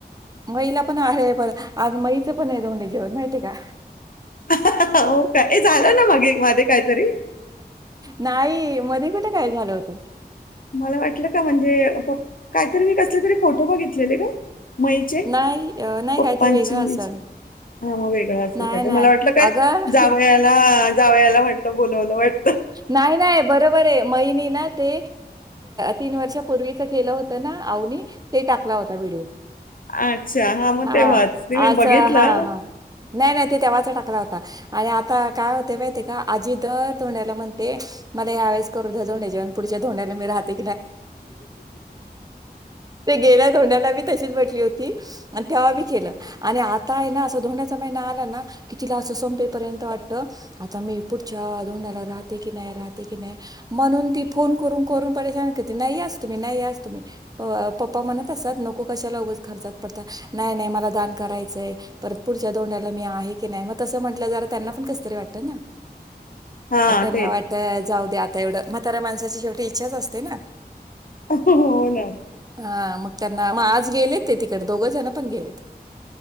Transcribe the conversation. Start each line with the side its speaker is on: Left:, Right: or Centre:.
Right: महिला पण आहे पण आज माईच पण आहे दोंडे जेवण माहित का.
Left: हो का झालं ना मागे माध्ये काहीतरी
Right: नाही मध्ये कुठे काय झालं होतं
Left: मला वाटलं का म्हणजे काहीतरी मी कसले तरी फोटो बघितलेले का मईचे
Right: नाही अ, नाही
Left: पप्पांची
Right: काहीतरी वेगळं
Left: मी
Right: असेल.
Left: हा मग वेगळां असेल
Right: नाही,
Left: का ते
Right: नाही.
Left: मला वाटलं काय
Right: अगं
Left: जावयाला जावयाला म्हटलं बोलवले वाटत
Right: नाही नाही बरोबर आहे माईने ना ते तीन वर्षापूर्वीच केलं होत ना आऊनी ते टाकला होता व्हिडिओ
Left: अच्छा हा मग
Right: हां.
Left: तेव्हाच तुम्ही
Right: असं
Left: बघितला
Right: हां, हां. नाही नाही तेव्हाचा टाकला होता आणि आता काय होते माहिती का आजी दर धोंड्याला म्हणते मला यावेळेस करू दे धोंडे जेवण पुढच्या धोंड्याला मी राहते ते गेला धोंड्याला बी तशीच म्हंटली म्हंटली होती आणि तेव्हा बी केलं आणि आ काय ना असा धोंड्याचा महिना आला ना कि तिला असं संपेपर्यंत वाटत आता मी पुढच्या धोंडे राहत की नाही राहते की नाही म्हणून ती फोन करून करून परेशान करते नाहीस तुम्ही नाही या तुम्ही पप्पा म्हणत असताात नको कशाला उगंच खर्चात पडत नाही नाही मला दान करायचंय परत पुढच्या धोड्याला मी आहे की नाही मग तसं म्हटलं जरा त्यांना पण कस तरी वाटत ना
Left: हा
Right: त्यांना
Left: तेच
Right: वाटते जाऊ द्या आता एवढं म्हातारा माणसाची शेवटी इच्छाच असते ना
Left: हो ना
Right: हा मग त्यांना मग आज गेलेत ते तिकडे दोघेजण पण गेलेत